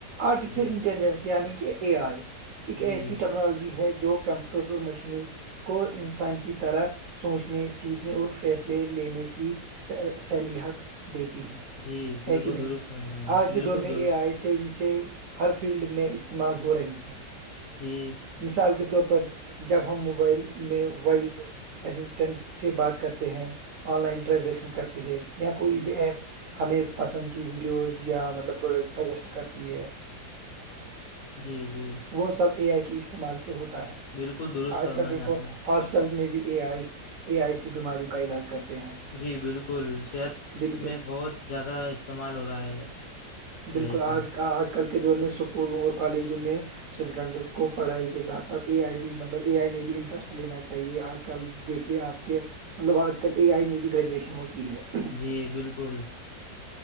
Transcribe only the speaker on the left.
جی
جی
جی بالکل
درست فرمایا
بالکل
درست
جیس
جی جی
بالکل درست
فرمایا
آپ نے
جی بالکل صحت
میں بہت زیادہ استعمال ہو رہا ہے اے
آئی کا
جی بالکل